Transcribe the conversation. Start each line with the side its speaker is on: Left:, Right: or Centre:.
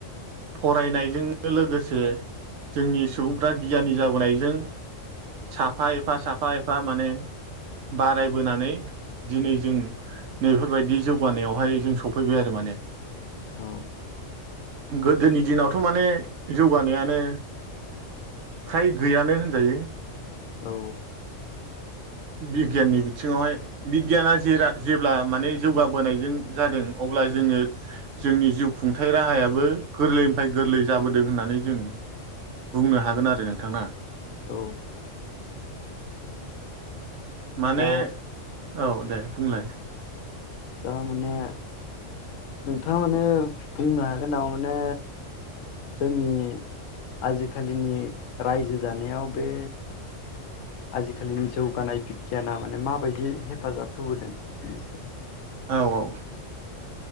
Right: फरायनायजों लोगोसे जोंनि सुबुंफ्रा गियानि जाबोनायजों साफा एफा साफा एफा माने बारायबोनानै दिनै जों नैफोरबायदि जौगानायावहाय जों सफैबाय आरो माने।
Left: औ।
Right: गोदोनि दिनावथ' माने जौगानायानो फ्राय गैयानो होनजायो।
Left: औ
Right: बिगियाननि बिथिङावहाय बिगियाना जेरा जेब्ला माने जौगाबोनायजों जादों अब्ला जोङो जोंनि जिउ खुंथाय राहायाबो गोरलैनिफ्राय गोरलै जाबोदों होननानै जों बुंनो हागोन आरो नोंथां ना।
Left: औ।
Right: माने
Left: दा
Right: औ दे। बुंलाय।
Left: तारमाने नोंथाङा माने बुंनो हागोन नामा माने जोंनि आजिखालिनि रायजो जानायाव बे। आजिखालिनि जौगानाय बिगियाना माने माबायदि हेफाजाब होबोदों बेनि सायाव।
Right: औ औ